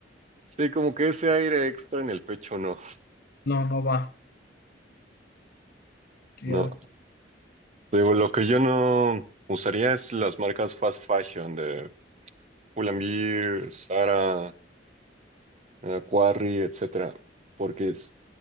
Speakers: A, on the right (about 40°); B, on the left (about 60°).
A: sí, como que ese aire extra en el pecho, no.
B: no, no va. Ya.
A: No. Digo, lo que yo no usaría es las marcas fast fashion de Pull&Bear, Zara, eh, Quarry, etcétera, porque es-